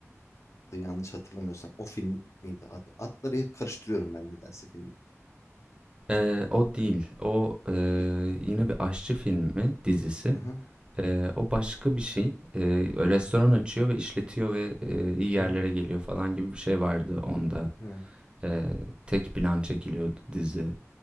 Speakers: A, on the left (about 65°); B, on the right (about 20°).
A: e, yanlış hatırlamıyorsam o film miydi adı? Adları hep karıştırıyorum ben nedense filmle.
B: Eee, o değil. O eee,
A: O değil.
B: yine bir aşçı filmi dizisi.
A: Hı hı,
B: Eee, o başka bir şey. Eee, restoran açıyor ve işletiyor ve eee, iyi yerlere
A: hı hı,
B: geliyor falan gibi bir şey vardı onda.
A: evet.
B: Eee, tek plan çekiliyordu dizi.